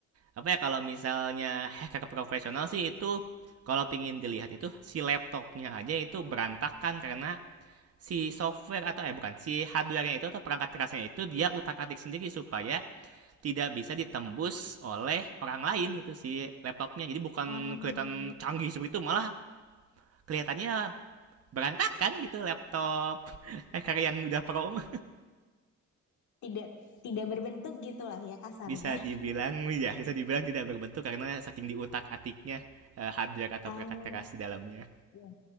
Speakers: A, on the right (about 55°); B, on the left (about 70°).
A: apa ya kalau misalnya hacker profesional sih itu kalau pingin dilihat itu si laptopnya aja itu berantakan kan, karena si software atau eh bukan si hardware-nya itu atau perangkat kerasnya itu dia utak-atik sendiri supaya tidak bisa ditembus oleh orang lain gitu si laptopnya jadi bukan
B: hmm,
A: kelihatan canggih seperti itu malah kelihatannya berantakan gitu laptop hacker <laughs> yang udah pro
B: Tidak, tidak berbentuk gitulah ya kasarnya.
A: bisa dibilang ya bisa dibilang tidak berbentuk karena saking diutak atiknya hardware atau
B: Oh,
A: perangkat keras di dalamnya
B: iya.